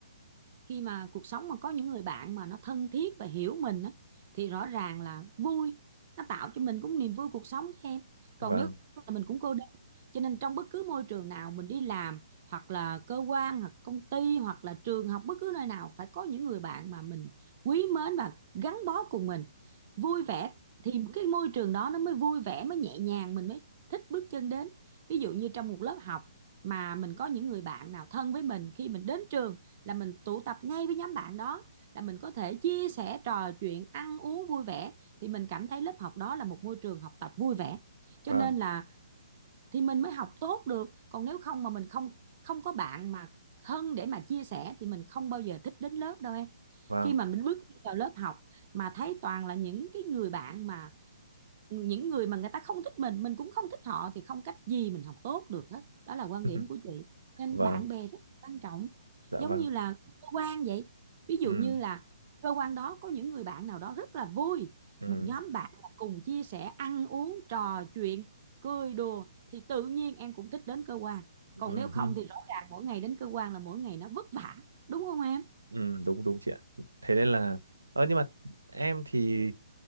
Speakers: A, on the right (about 40°); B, on the right (about 80°).
A: khi mà cuộc sống mà có những người bạn mà nó thân thiết và hiểu mình á thì rõ ràng là vui nó tạo cho mình cũng niềm vui cuộc sống cho em còn
B: vâng
A: nếu mà mình cũng cô đơn cho nên trong bất cứ môi trường nào mình đi làm hoặc là cơ quan hoặc công ty hoặc là trường học bất cứ nơi nào phải có những người bạn mà mình quý mến và gắn bó cùng mình vui vẻ thì cái môi trường đó nó mới vui vẻ mới nhẹ nhàng mình mới thích bước chân đến ví dụ như trong một lớp học mà mình có những người bạn nào thân với mình khi mình đến trường là mình tụ tập ngay với nhóm bạn đó là mình có thể chia sẻ trò chuyện ăn uống vui vẻ thì mình cảm thấy lớp học đó là một môi trường học tập vui vẻ cho
B: vâng
A: nên là thì mình mới học tốt được còn nếu không mà mình không không có bạn mà thân để mà chia sẻ thì mình không bao giờ thích đến lớp đâu em
B: vâng
A: khi mà mình bước vào lớp học mà thấy toàn là những cái người bạn mà những người mà người ta không thích mình mình cũng không thích họ thì không cách gì mình học tốt được hết đó là quan
B: <laughs>
A: điểm của chị nên
B: vâng
A: bạn bè rất quan trọng
B: dạ
A: giống
B: vâng
A: như là cơ quan vậy ví dụ
B: ừ
A: như là cơ quan đó có những người bạn nào đó rất là vui
B: ừ
A: một nhóm bạn là cùng chia sẻ ăn uống trò chuyện cười đùa thì tự nhiên em cũng thích đến cơ quan còn
B: ừ
A: nếu không thì rõ ràng mỗi ngày đến cơ quan là mỗi ngày nó vất vả đúng không em
B: Ừ, đúng đúng chị ạ. Thế nên là ờ nhưng mà em thì